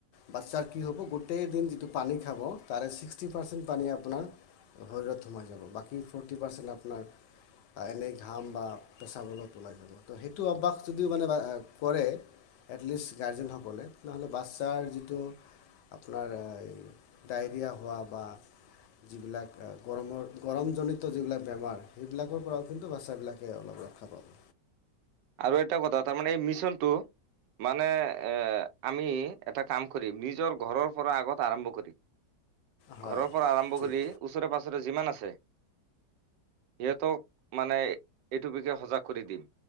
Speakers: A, on the left; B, on the right.
A: বাচ্ছাৰ কি হ'ব গোটেই দিন যিটো পানী খাব তাৰে ছিক্সটি পাৰ্চেণ্ট পানী আপোনাৰ শৰীৰত সোমাই যাব। বাকী ফ'ৰ্টি পাৰ্চেণ্ট আপোনাৰ এনেই ঘাম বা পেচাবৰ লগত ওলাই যাব, ত' সেইটো অভ্যাস যদিও মানে আ কৰে এটলিষ্ট গাৰ্জেনসকলে তেনেহলে বাচ্ছাৰ যিটো আপোনাৰ অহ ডায়েৰিয়া হোৱা বা যিবিলাক অহ গৰমৰ গৰমজনিত যিবিলাক বেমাৰ সেইবিলাকৰ পৰাও কিন্তু বাচ্ছাবিলাকে অলপ ৰক্ষা পাব।
B: আৰু এটা কথা - তাৰমানে এই মিছনটো মানে অহ, আমি এটা কাম কৰিম, নিজৰ ঘৰৰ পৰা আগত আৰম্ভ কৰিম।
A: হয়
B: ঘৰৰ পৰা আৰম্ভ
A: ঠিক
B: কৰি ওচৰে-পাঁজৰে যিমান আছে <unintelligible> সিহঁতক মানে এইটো বিষয়ে সজাগ কৰি দিম।